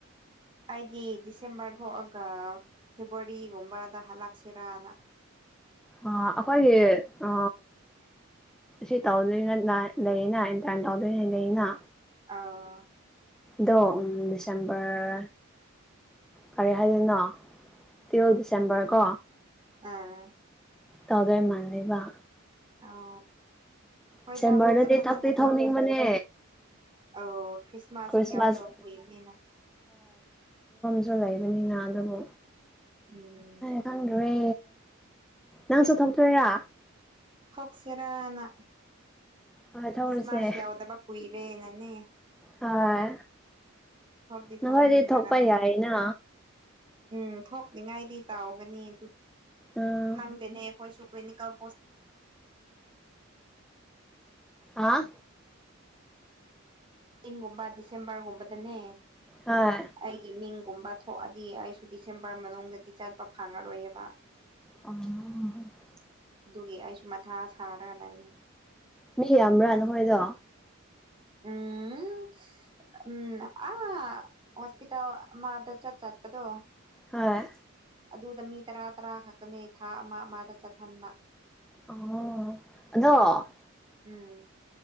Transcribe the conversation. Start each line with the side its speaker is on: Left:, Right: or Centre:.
Right: ꯑꯩꯗꯤ ꯗꯤꯁꯦꯝꯕꯔ ꯊꯣꯛꯑꯒ ꯐꯦꯕꯋꯥꯔꯤꯒꯨꯝꯕꯗ ꯍꯜꯂꯛꯁꯤꯔꯅ <inaudible>
Centre: ꯑ ꯑꯩꯈꯣꯏꯒꯤ ꯑ ꯁꯤ ꯇꯧꯗꯣꯏꯅ ꯂꯩꯅ ꯏꯟꯇ꯭ꯔꯥꯟ ꯇꯧꯗꯣꯏꯅꯦ ꯂꯩꯅ
Right: ꯑꯥ
Centre: ꯗꯣ ꯎ ꯗꯤꯁꯦꯝꯕꯔ ꯀꯔꯤ ꯍꯥꯏꯗꯣꯏꯅꯣ ꯇꯨꯋꯦꯜꯐ ꯗꯤꯁꯦꯝꯕꯔ ꯀꯣ
Right: ꯑꯥ
Centre: ꯇꯧꯗꯣꯏ ꯃꯥꯥꯟꯜꯂꯤꯕ
Right: ꯑꯣ ꯍꯣꯏꯗ
Centre: ꯗꯤꯁꯦꯝꯕꯔꯗꯗꯤ
Right: ꯐꯖ ꯐꯖꯅ
Centre: ꯊꯛꯇꯤ
Right: ꯇꯧꯔꯣꯏ
Centre: ꯊꯧꯅꯤꯡꯕꯅꯦ
Right: ꯑꯗꯨꯗꯤ ꯑ ꯈ꯭ꯔꯤꯁꯃꯥꯁꯁꯨ
Centre: ꯈ꯭ꯔꯤꯁꯃꯥꯁ
Right: ꯌꯥꯎꯗ ꯀꯕꯅꯤꯅ
Centre: ꯁꯨ ꯂꯩꯕꯅꯤꯅ ꯑꯗꯨꯕꯨ
Right: ꯎꯝ
Centre: ꯈꯪꯗꯣꯔꯦ ꯅꯪꯁꯨ ꯊꯧꯛꯇꯣꯏꯔꯥ
Right: ꯍꯛꯁꯦꯔꯥꯅ
Centre: ꯍꯣꯏ ꯊꯧꯔꯁꯦ
Right: ꯀ꯭ꯤꯁꯃꯥꯁ ꯌꯥꯎꯗꯕ ꯀꯨꯏꯔꯦ ꯅꯅꯦ
Centre: ꯍꯣꯏ
Right: ꯊꯣꯛꯗꯤ
Centre: ꯅꯈꯣꯏꯗꯤ
Right: ꯊꯣꯛꯅꯤꯡꯕꯒꯅ
Centre: ꯊꯣꯛꯄ ꯌꯥꯏꯅ
Right: ꯎꯝ ꯊꯣꯛꯅꯤꯡꯉꯥꯏꯗꯤ ꯇꯥꯎꯒꯅꯤ ꯑꯗꯨ
Centre: ꯎꯝ
Right: ꯈꯪꯗꯅꯦ ꯑꯩꯈꯣꯏꯁꯨ ꯣꯏꯦ ꯀꯥꯣ <unintelligible>
Centre: ꯑꯥ
Right: ꯤꯡꯒꯨꯝꯕ ꯗꯤꯁꯦꯝꯕꯔꯒꯨꯝꯕꯗꯅꯦ
Centre: ꯍꯣꯏ
Right: ꯑꯩꯒꯤ ꯃꯤꯡ ꯒꯨꯝꯕ ꯊꯣꯛꯑꯗꯤ ꯑꯩꯁꯨ ꯗꯤꯁꯦꯝꯕꯔ ꯃꯅꯨꯡꯗꯗꯤ ꯆꯠꯄ ꯐꯪꯉꯔꯣꯏꯑꯕ
Centre: ꯑ <unintelligible>
Right: ꯑꯗꯨꯒꯤ ꯑꯩꯁꯨ ꯃꯊꯥ ꯁꯥꯔꯒ ꯂꯩꯌꯦ
Centre: ꯃꯤ ꯌꯥꯝꯕ꯭ꯔꯥꯅ ꯃꯣꯏꯗꯣ
Right: ꯎꯝ ꯎꯝ ꯑ ꯍꯁꯄꯤꯇꯥ ꯃꯥꯗ ꯆꯠ ꯆꯠꯄꯗꯣ
Centre: ꯍꯣꯏ
Right: ꯑꯗꯨꯗ ꯃꯤ ꯇꯔꯥ ꯇꯔꯥ ꯈꯛꯛꯇꯅꯦ ꯊꯥ ꯑꯃ ꯑꯃꯗ ꯆꯠꯍꯟꯕ
Centre: ꯑ ꯑꯗꯣ
Right: ꯎꯝ